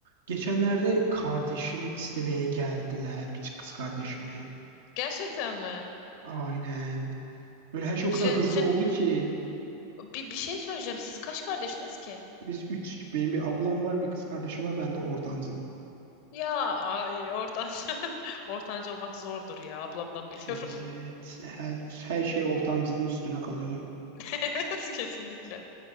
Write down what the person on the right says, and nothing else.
Geçenlerde kardeşimi istemeye geldiler. Bir kız kardeşimi.
Aynen. Böyle her şey o kadar
hızlı
oldu ki.
Biz üçtük. Benim bir ablam var, bir kız kardeşim var. Ben de ortancılım.
Evet. Her, her şey ortancılığın üstüne kalıyor.